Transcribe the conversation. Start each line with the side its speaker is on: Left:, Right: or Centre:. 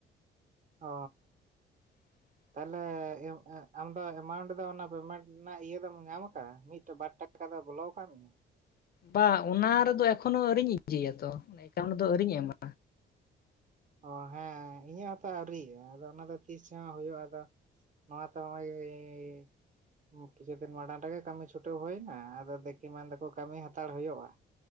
Right: ᱚᱻ
Left: <inaudible>
Right: ᱛᱟᱦᱚᱞᱮ ᱟᱢ ᱫᱚ ᱮᱢᱟᱣᱩᱱᱴ ᱫᱚ᱾ ᱚᱱᱟ ᱯᱮᱢᱮᱱᱴ ᱨᱮᱱᱟᱜ ᱤᱭᱟᱹ ᱫᱚᱢ ᱧᱟᱢ ᱟᱠᱟᱜᱼᱟ ᱢᱤᱫ ᱵᱟᱨ ᱴᱟᱠᱟ ᱴᱟᱠᱟ ᱫᱚ ᱵᱚᱞ ᱠᱟᱜ ᱢᱮᱭᱟ᱾
Left: ᱵᱟ ᱚᱱᱟ ᱨᱮᱫᱚ ᱮᱠᱷᱚᱱᱚ ᱟᱹᱣᱨᱤᱧ ᱤᱭᱟᱹᱭ ᱟᱛᱚ, ᱮᱠᱟᱣᱩᱱᱴ ᱫᱚ ᱟᱹᱣᱨᱤᱧ ᱮᱢᱼᱟ᱾
Right: ᱚ ᱦᱮᱸ ᱤᱧᱟᱹᱜ ᱦᱚᱸᱛᱚ ᱟᱹᱣᱨᱤ᱾ ᱟᱫᱚ ᱚᱱᱟ ᱫᱚ ᱛᱤᱥ ᱦᱚᱸ ᱦᱳᱭᱳᱜᱼᱟ ᱟᱫᱚ ᱱᱚᱣᱟ ᱛᱚ ᱱᱚᱜᱼᱚᱭ <inaudible> ᱠᱤᱪᱷᱩ ᱫᱤᱱ ᱢᱟᱲᱟᱝ ᱨᱮᱜᱮ ᱠᱟᱹᱢᱤ ᱪᱷᱩᱴᱟᱹ ᱦᱳᱭ ᱮᱱᱟ ᱾ ᱟᱫᱚ ᱫᱮᱠᱤ ᱢᱮᱱ ᱫᱟᱠᱚ ᱠᱟᱹᱢᱤ ᱦᱟᱛᱟᱲ ᱦᱳᱭᱳᱜᱼᱟ᱾